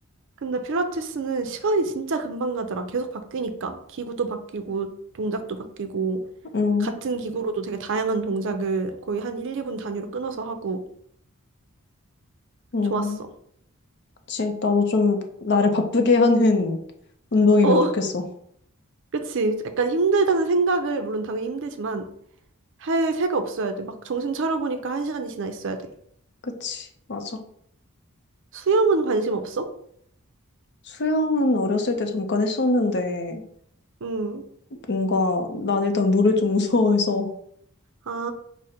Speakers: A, on the right; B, on the left.
A: 근데 필라테스는 시간이 진짜 금방 가더라. 계속 바뀌니까 기구도 바뀌고 동작도 바뀌고
B: 응,
A: 같은 기구로도 되게 다양한 동작을 거의 한 1, 2분 단위로 끊어서 하고
B: 응.
A: 좋았어.
B: 그치. 나도 좀 나를 바쁘게 하는 <laughs> 운동이면
A: 어,
B: 좋겠어.
A: <laughs> 그치. 약간 힘들다는 생각을, 물론 당연히 힘들지만, 할 새가 없어야 돼. 막 정신 차려보니까 한 시간이 지나 있어야 돼.
B: 그치. 맞아.
A: 수영은 관심 없어?
B: 수영은 어렸을 때 잠깐 했었는데,
A: 응.
B: 뭔가, 난 일단 물을 좀 <laughs> 무서워해서,
A: 아,